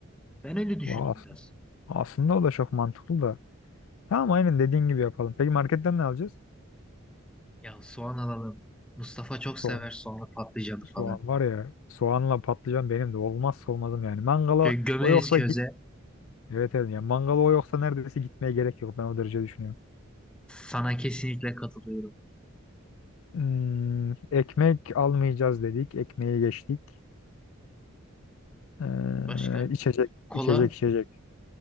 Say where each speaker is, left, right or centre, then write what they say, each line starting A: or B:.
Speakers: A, in the centre; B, on the left (about 75°).
A: Ben öyle düşündüm
B: Vay, as-
A: biraz.
B: aslında o da çok mantıklı da. Tamam aynen dediğin gibi yapalım. Peki marketten ne alacağız?
A: Ya soğan alalım. Mustafa çok sever
B: Soğan.
A: soğanlı patlıcanı
B: Soğan
A: falan.
B: var ya soğanla patlıcan benim de olmazsa olmazım yani. Mangala
A: Şöyle gömeriz
B: o yoksa
A: köze.
B: Evet evet. Yani mangalı o yoksa neredeyse gitmeye gerek yok. Ben o derece düşünüyorum.
A: Sana kesinlikle katılıyorum.
B: Hmm, ekmek almayacağız dedik. Ekmeği geçtik. Ee,
A: Başka?
B: içecek,
A: Kola.
B: içecek, içecek.